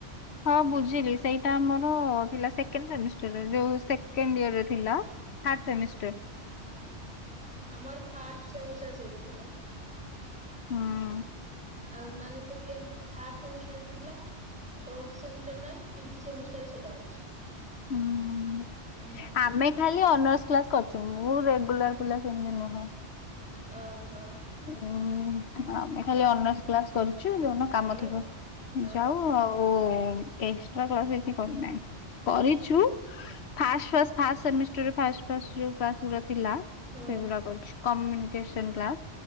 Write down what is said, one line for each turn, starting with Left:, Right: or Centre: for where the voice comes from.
Left: ହଁ ବୁଝିଲି ସେଇଟା ଆମର ଥିଲା ସେକେଣ୍ଡ ସେମିଷ୍ଟାର ଯୋଉ ସେକେଣ୍ଡ ଇୟରେ ଥିଲା। ଥାର୍ଡ ସେମିଷ୍ଟର
Centre: ହ ଓହୋ ଆମର ଫାଷ୍ଟ ସେମିଷ୍ଟାର ସେଇଟା ଥିଲା।
Left: ହୁଁ।
Centre: ଆଉ ମାନେ ସେକେଣ୍ଡ ଥାଡ ସେମିଷ୍ଟାର ବି ଥିଲା। ଫୋରଥ ସେମିଷ୍ଟାର ନାଇଁ ଫିପଥି ସେମିଷ୍ଟାର ସେଇଟା ଅଛି।
Left: ହୁଁ
Centre: ଓହୋ
Left: ଆମେ ଖାଲି ଅନର୍ସ କ୍ଲାସ କରିଛୁ ମୁଁ ରେଗୁଲାର ପିଲା ସେମିତି ନୁହେଁ।
Centre: ଅ ହ।
Left: ହୁଁ ଆମେ ଖାଲି ଅନର୍ସ କ୍ଲାସ କରୁ ଛୁ ଯୋଉଦିନ କାମ
Centre: ଆମେ
Left: ଥିବ
Centre: ଅ
Left: ଯାଉ ଆଉ ଏକ୍ସଟ୍ରା କ୍ଲାସ କିଛି କରିନାହିଁ କରିଛୁ ଫାଷ୍ଟ୍ ଫାଷ୍ଟ୍ ଫାଷ୍ଟ୍ ସେମିଷ୍ଟାର୍ ରେ ଫାଷ୍ଟ୍ ଫାଷ୍ଟ୍ ଯୋଉ କ୍ଲାସ୍ ଗୁରା ଥିଲା।
Centre: ହଁ
Left: ସେଗୁରା କରିଛୁ କମୁନିକେସନ୍ କ୍ଲାସ୍।